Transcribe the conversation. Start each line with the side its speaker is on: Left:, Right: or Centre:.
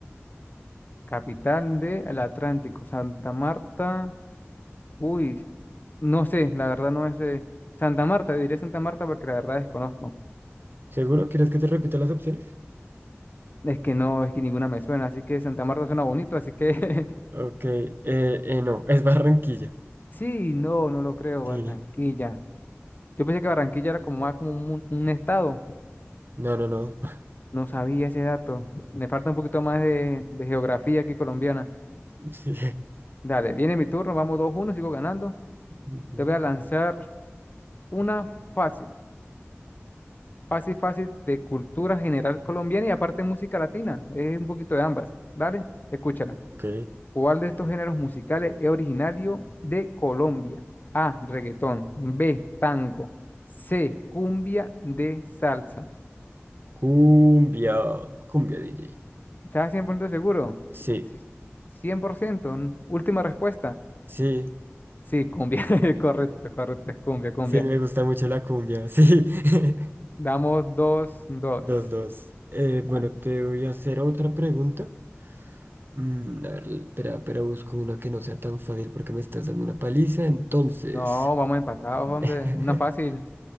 Left: Capital del Atlántico, Santa Marta. Uy, no sé, la verdad no sé. Santa Marta, diré Santa Marta porque la verdad desconozco.
Right: ¿Seguro? ¿Quieres que te repita las opciones?
Left: Es que no, es que ninguna me suena, así que Santa Marta suena bonito, así que <laughs>
Right: Ok, eh, eh, no, es Barranquilla.
Left: sí, no, no lo creo,
Right: Sí,
Left: Barranquilla. Yo pensé que Barranquilla era como más como un, un estado,
Right: no, no, no. <laughs>
Left: no sabía ese dato. Me falta un poquito más de, de geografía que colombiana.
Right: Sí.
Left: Dale, viene mi turno, vamos dos uno. sigo ganando.
Right: Ujú.
Left: Te voy a lanzar una fácil. Fácil, fácil de cultura general colombiana y aparte música latina. Es un poquito de ambas. Dale, escúchala.
Right: Ok.
Left: ¿Cuál de estos géneros musicales es originario de Colombia? A, reggaetón. B, tango. C, cumbia D salsa.
Right: Cumbia, cumbia DJ.
Left: ¿Estás 100% seguro?
Right: Sí,
Left: Sí, 100%. n- Última respuesta.
Right: sí,
Left: Sí, cumbia. <laughs> Correcto, correcto. Es cumbia, cumbia.
Right: sí, me gusta mucho la cumbia, sí. <laughs>
Left: Damos dos, dos.
Right: Dos, dos. Eh, bueno,
Left: Ah,
Right: te voy a hacer otra pregunta. Mm, a ver, espera, espera, busco una que no sea tan fácil porque me estás dando una paliza. Entonces,
Left: No, vamos empatados,
Right: <laughs>
Left: hombre. Una fácil.